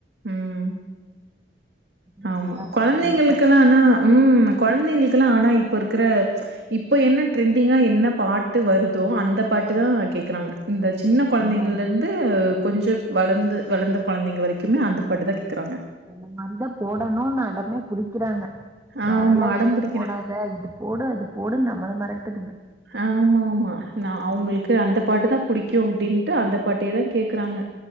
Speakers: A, on the right (about 65°); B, on the right (about 15°).
A: ம்
B: உம்
A: ஆமா
B: எல்லாருக்கும்
A: கொழந்தைங்களுக்கு
B: பிடிக்கும்.
A: ஆனா ம் கொழந்தைங்களுக்கெல்லா ஆனா இப்ப இருக்குற இப்போ என்ன ட்ரெண்டிங்கா என்ன பாட்டு வருதோ அந்த பாட்டு தா கேக்கறாங்க இந்த சின்ன கொழந்தைங்கள்லருந்து
B: ஆமாமா.
A: கொஞ்சோ வளர்ந்து வளர்ந்த கொழந்தைங்க வரைக்குமே அந்த பாட்டுதா கேக்குறாங்க
B: அந்த மாரிதா போடணு அடமே குடிக்கிறாங்க
A: ஆமா
B: வேறல்லா
A: அடம்
B: எதுவு
A: புடிக்கிறே
B: போடா த இது போடு அது போடு நம்மள மேறட்டுதுங்க
A: ஆமா ஆமா நா அவங்களுக்கு அந்த பாட்டு தா புடிக்கு அப்டின்ட்டு அந்த பாட்டே தா கேக்கறாங்க